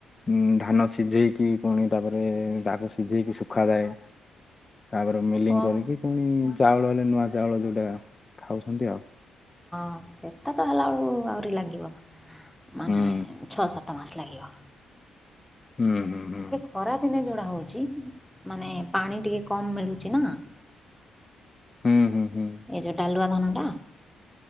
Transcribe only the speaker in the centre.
ହଁ
ହଁ
ହଁ ସେଟା ତ ହେଲା ବେଳକୁ ଆହୁରି ଲାଗିବ ମାନେ
ଛଅ ସାତ ମାସ ଲାଗିବ।
ଖରାଦିନେ ଯୋଉଟା ହୋଉଚି ମାନେ ପାଣି ଟିକେ କମ୍ ମିଳୁଚି ନା।
ଏଇ ଯୋଉ ଡାଲୁଆ ଧାନଟା।